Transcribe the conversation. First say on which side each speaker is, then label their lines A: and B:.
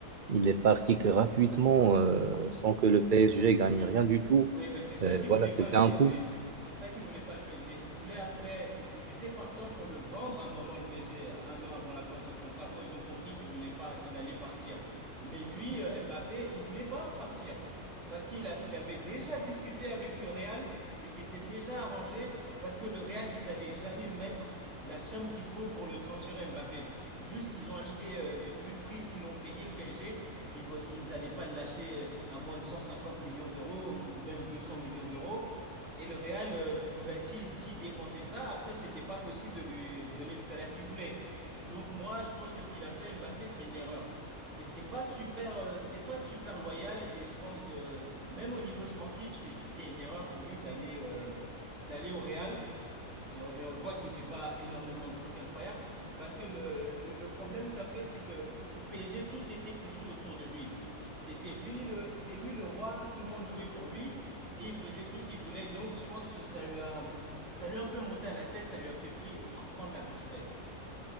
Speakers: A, on the right (about 40°); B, on the right (about 55°).
A: il est parti gratuitement, euh, sans que le PSG gagne rien du tout.
B: Oui, ben c'est ça
A: Et
B: qu'ils
A: voilà,
B: voulaient
A: c'était
B: pas le
A: un
B: PG.
A: coup.
B: C'est ça qu'ils voulaient pas le PG. Ils voulaient après, ils, ils étaient partants pour le vendre à un moment le PG, un an avant la fin de ce contrat, quand ils ont compris qu'il voulait pas, qu'il allait partir. Mais lui, euh, Mbappé, il voulait pas partir parce qu'il a- il avait déjà discuté avec le Real. Il s'était déjà arrangé parce que le Real, ils allaient jamais mettre la somme qu'il faut pour le transférer Mbappé. Vu ce qu'ils ont acheté, euh, vu, vu le prix qu'ils l'ont payé, le PSG, ils vo- ils allaient pas le lâcher euh, à moins de 150 millions d'euros ou même 200 millions d'euros. Et le Real, euh, ben, si, s'il dépensait ça, après, c'était pas possible de lui donner le salaire qu'il voulait. Donc moi, je pense que ce qu'il a fait, Mbappé, c'est une erreur. Et c'était pas super, euh, c'était pas super loyal. Et je pense que même au niveau sportif, c'était une erreur pour lui d'aller euh, d'aller au Real. Et on, et on le voit qu'il ne fait pas énormément de trucs incroyables. Parce que le, le, le problème que ça fait, c'est que au PSG, tout était construit autour de lui. C'était lui, le, c'était lui le roi, tout le monde jouait pour lui et il faisait tout ce qu'il voulait. Donc je pense que ça lui a, ça lui a un peu monté à la tête, ça lui a fait pri- pr- prendre la grosse tête.